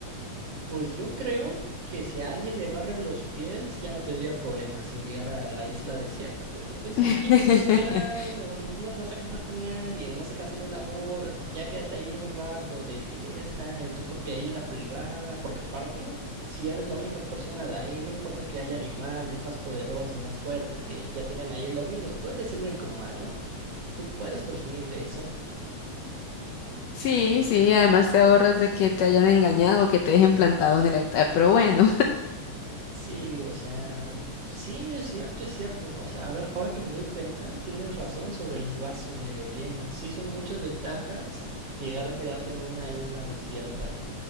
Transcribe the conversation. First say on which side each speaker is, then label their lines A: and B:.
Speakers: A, on the right (about 60°); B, on the left (about 75°).
A: pues yo creo que si a alguien le barren los pies, ya no tendría problemas en llegar a la isla desierta, porque pues
B: <laughs>
A: ya quién te está esperando, no te vas a casar con nadie, no se canceló la boda, ya quédate ahí un rato de fiesta en tu propia isla privada, porque aparte si eres la única persona de ahí, no importa que haya animales más poderosos, más fuertes, que ya tengan ahí el dominio, tú eres el único humano, tú puedes presumir eso,
B: Sí, sí, además te ahorras de que te hayan engañado, o que te dejen plantado en el altar, pero bueno.
A: Sí, o sea, sí, es cierto, es cierto. O sea, ahora, ahora que me doy cuenta, tienes razón sobre el vaso medio lleno. Sí, son muchas ventajas llegar a quedarte en una isla desierta.